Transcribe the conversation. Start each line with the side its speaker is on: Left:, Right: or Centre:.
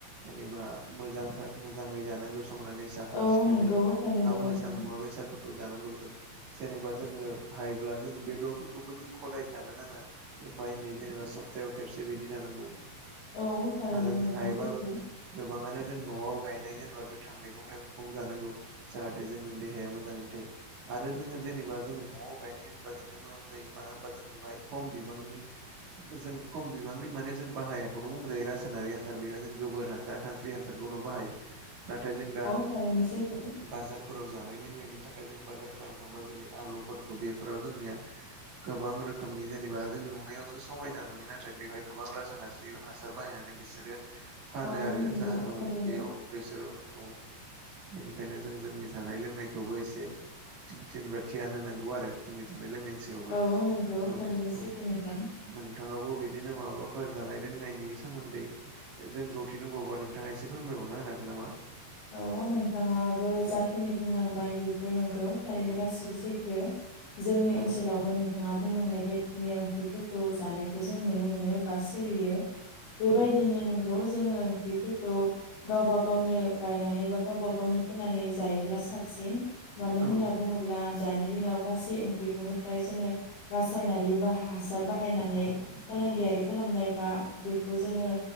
Right: जेनेबा मोजां मोजाङै जानांगौ संनानै साखोन
Left: औ
Right: सिखोनै
Left: नंगौ थारैनो
Right: बा मोजां
Left: नोंथां
Right: मुवा बेसादफोरखौ जानांगौ जों जेनेबा जोङो हायोब्ला जोङो बेदरफोरखौबो जों खदाय जानो नाङा एफा एनै जेनेबा सप्तायाव खेबसे बायदि जानांगौ
Left: औ थारैनो
Right: आरो
Left: नोंथां
Right: जों हायोबा
Left: सैथो
Right: गोबाङानो जों न'आव गायनाय जेनेबा गोथां मैगं थाइगंखौ जानांगौ जाहाथे जोंनि देहाया मोजाङैनो थायो आरो जोङो जेनेबा जो न'आव गायनाय जेनेबा जोंना मोजां जायो मानो होनबा जों बेहाय खम बिबांनि जों खम बिबांनि माने जों बाहायाखौनो बुंजायो रासायनारि हासार बेहाय जों गोबोर हा सार खान्स्रि हासारखौल' बाहायो नाथाय जों दा
Left: औ थारैनो सैथो
Right: बाजारफोराव जानाय लोंनायनि थाखाय जों बाजार खालामनो थांबा जेरै आलुफोरखौ बेफोराव जोंनिया गोबां रोखोमनि जेनेबा जों नुनायावसो समायना नुयो नाथाय बेवहाय गोबां रासनारि थायो हासार बाहायनानै बिसोरो फानो
Left: औ
Right: आरो
Left: नंगौ
Right: जाहाव
Left: थारैनो
Right: बेयाव बेसोरो औ बेनिखायनो जों जोंनि जानाय लोंनायखौबो एसे जेनेबा धियान होनांगौ आरो जोंनि जानाय लोंनायनि सायावबो
Left: औ नंगौ
Right: औ
Left: थारैनो
Right: औ
Left: सैथो नोंथां
Right: नोंथाङाबो बिदिनो माबाफोर जानाय लोंनायनि सोमोन्दै जों गौथि दंबावोबा नोंथाङा एसे फोरमायबावना होनो हागोन नामा
Left: औ नोंथाङाबो जाखिनि बुंलांबाय बेफोर नंगौ थारैनो
Right: औ
Left: गासिबो सैथो जोंनि
Right: औ
Left: ओनसोलावबो नोंथाङा बुंलांनाय बायदिनो ओंख्रिफोरखौ जानायखौ जों नुनो मोनो बास सोलियो बेबायदिनो
Right: औ
Left: नोंगौ जोङो ओंख्रिफोरखौ गावबा गावनो गायनानै बा गावबा गावनो फोनानै जायोब्ला साबसिन मानो
Right: औ
Left: होनना बुङोब्ला दानि दिनाव गासै ओंख्रिखौनो फ्राय जोङो रासायनारि बा हास बाहायनानै
Right: औ नंगौ
Left: फालांगियारि खालामनायबा बेखौ जोङो